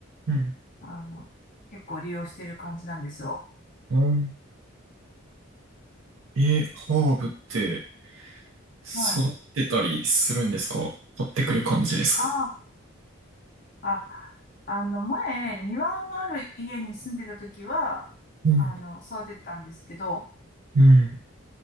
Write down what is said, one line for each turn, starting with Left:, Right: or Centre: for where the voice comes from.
Right: うん。
Left: あの、結構利用してる感じなんですよ。
Right: うん。え、ハーブって育ってたりするんですか買ってくる感じですか
Left: はい。ああ、あの、前、庭がある家に住んでた時は、
Right: うん、
Left: あの、育ててたんですけど、
Right: うん、